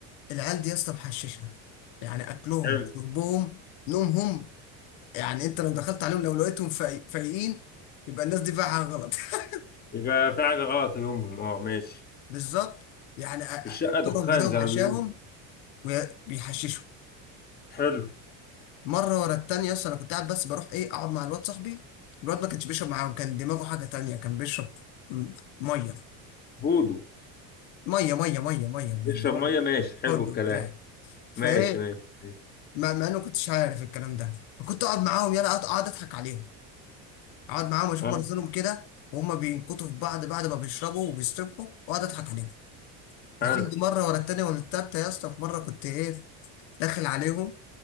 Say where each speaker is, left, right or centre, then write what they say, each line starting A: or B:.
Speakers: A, on the left (about 65°); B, on the left (about 25°).
A: العيال دي يا اسطى محششه يعني اكلهم
B: حلو
A: شربهم نومهم يعني انت لو دخلت عليهم لو لقيتهم فاي- فايقين يبقى الناس دي فيها حاجه غلط <laughs>
B: يبقى في حاجة غلط يومهم اه ماشي
A: بالظبط يعني أ-
B: الشقة
A: أ- فطارهم
B: دخان
A: غداهم
B: زي
A: عشاهم
B: ما بيقولوا
A: وبيحششوا
B: حلو
A: مره ورا التانيه اصلا انا كنت قاعد بس بروح ايه اقعد مع الواد صاحبي الواد ما كانش بيشرب معاهم كان دماغه حاجه تانيه كان بيشرب م- ميه
B: بودو
A: ميه ميه ميه ميه من
B: بيشرب ميه ماشي
A: الحوض
B: حلو الكلام
A: بتاعي فايه
B: ماشي ماشي ماشي
A: ما, ما انا كنتش عارف الكلام ده فكنت اقعد معاهم يلا اقعد أقعد اضحك عليهم اقعد معاهم اشوف
B: اه
A: منظرهم كده وهم بينكتوا في بعض بعد ما بيشربوا وبيستبحوا واقعد اضحك عليهم لحد
B: حلو
A: مره ورا التانيه ولا التالته يا اسطى في مره كنت ايه داخل عليهم